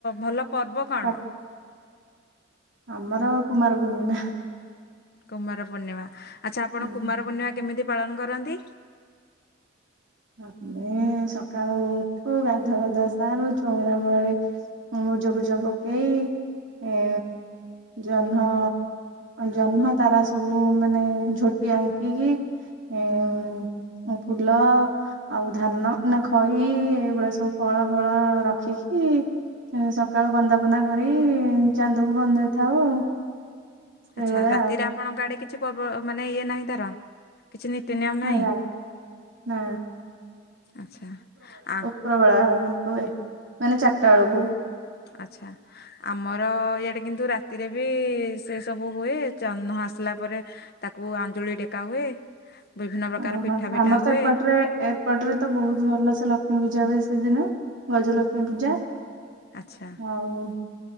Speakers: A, on the left; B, on the right.
A: ଭଲ ପର୍ବ କଣ?
B: ପାଠ ଆମର କୁମାର ପୂର୍ଣ୍ଣିମା।
A: କୁମାର ପୂର୍ଣ୍ଣିମା। ଆଚ୍ଛା ଆପଣ
B: ହୁଁ।
A: କୁମାର ପୂର୍ଣ୍ଣିମା କେମିତି ପାଳନ କରନ୍ତି?
B: ଆମେ ସକାଳୁ ଉଠୁ ଗାଧୁଆ ପାଧୁଆ ସାରୁ ଚୋଉରା ମୂଳରେ ମୃଜ ଫୃଜ ପକେଇ ଏ ଜହ୍ନ ଜହ୍ନ ତାରା ସବୁ ମାନେ ଝୋଟି ଆଙ୍କିକି ଉଁ ଫୁଲ ଆଉ ଧାନ ନା ଖଇ ଏଗୁଡା ସବୁ ଫଳ ମୂଳ ରଖିକି ଉଁ ସକାଳୁ ବନ୍ଦା ପନ୍ଦା କରିକି ଚାନ୍ଦକୁ ବନ୍ଦେଇଥାଉ ଆଉ। ସେଇଭଳିଆ
A: ଆଚ୍ଛା ରାତିରେ ଆପଣଙ୍କ ଆଡେ କିଛି ପର୍ବ ମାନେ ଇଏ ନାହିଁ ତାର। କିଛି ନୀତି ନିୟମ ନାହିଁ
B: ଆଉ ନା
A: ଆଛା ଆ
B: ପ୍ରବଳା ହୁ ହୁଏ ମାନେ ଚାରିଟା ବେଳକୁ।
A: ଆଚ୍ଛା। ଆମର ଇଆଡେ କିନ୍ତୁ ରାତିରେ ବି ସେ ସବୁ ହୁଏ ଜହ୍ନ ଆସିଲା ପରେ ତାକୁ ଆଞ୍ଜୁଳି ଟେକା ହୁଏ। ବିଭିନ୍ନ ପ୍ରକାର
B: ଓହୋ
A: ପିଠା ପିଠା
B: ଆମର
A: ହୁଏ
B: ସେପଟରେ ଏପଟରେ ତ ବହୁତ ଭଲ ସେ ଲକ୍ଷ୍ମୀ ପୂଜା ହୁଏ ସେଦିନ ଗଜଲକ୍ଷ୍ମୀ ପୂଜା।
A: ଆଚ୍ଛା।
B: ଆଉ